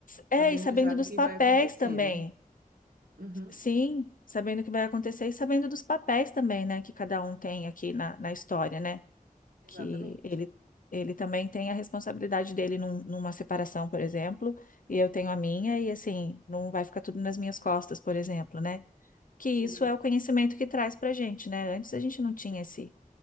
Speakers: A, on the right (about 80°); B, on the left (about 65°).
A: Sabendo
B: É, e sabendo
A: já do
B: dos
A: que
B: papéis
A: vai acontecer,
B: também.
A: né? Uhum,
B: Sim, sabendo o que vai acontecer e sabendo dos papéis também, né? Que cada um tem aqui na, na história, né?
A: exatamente.
B: Que ele, ele também tem a responsabilidade dele num- numa separação, por exemplo, e eu tenho a minha, e assim, não vai ficar tudo nas minhas costas, por exemplo, né? Que
A: Sim.
B: isso é o conhecimento que traz pra gente, né? Antes a gente não tinha esse,